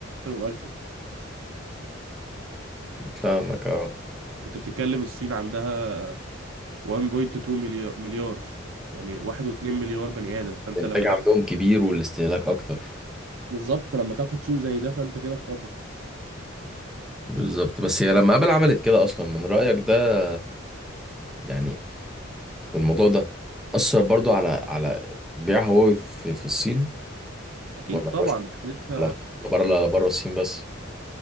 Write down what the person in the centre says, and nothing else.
فاهمك اه
الإنتاج
عندهم كبير والاستهلاك أكتر
بالظبط بس هي لما آبل عملت كده أصلا من رأيك ده يعني والموضوع ده أثر برضو على على بيع هواوي في, في الصين
ولا
مش <laughs>
ولا بره لا بره الصين بس